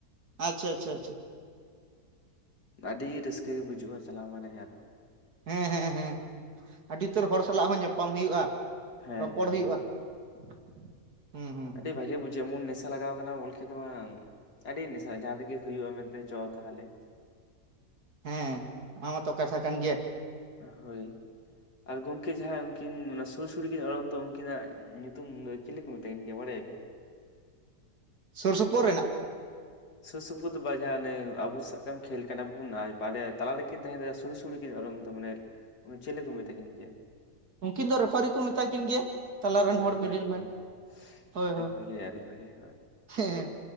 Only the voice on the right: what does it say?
ᱟᱪᱪᱷᱟ ᱟᱪᱪᱷᱟ ᱟᱪᱪᱷᱟ᱾
ᱦᱮᱸᱻ ᱦᱮᱸᱻ ᱦᱮᱸ ᱟᱹᱰᱤ ᱩᱛᱟᱹᱨ ᱦᱚᱲ ᱥᱟᱞᱟᱜ ᱦᱚᱸ ᱧᱟᱯᱟᱢ ᱦᱩᱭᱩᱜᱼᱟ
ᱨᱚᱯᱚᱲ
ᱦᱩᱭᱩᱜᱼᱟ᱾
<inaudible> ᱦᱩᱸ ᱦᱩᱸ
ᱦᱮᱸ ᱱᱚᱣᱟ ᱢᱟᱚᱛᱚ ᱠᱟᱛᱷᱟ ᱠᱟᱱ ᱜᱮᱭᱟ᱾
ᱥᱩᱨ ᱥᱩᱯᱩᱨ ᱨᱮᱱᱟᱜ᱾
ᱩᱱᱠᱤᱱ ᱫᱚ ᱨᱮᱯᱷᱟᱨᱤ ᱠᱚ ᱢᱮᱛᱟ ᱠᱤᱱ ᱜᱮᱭᱟ᱾ ᱛᱟᱞᱟ ᱨᱮᱱ
ᱦᱚᱲ
ᱢᱤᱰᱤᱞ
ᱢᱮᱱ ᱦᱳᱭ
ᱦᱳᱭ
ᱦᱮᱸ-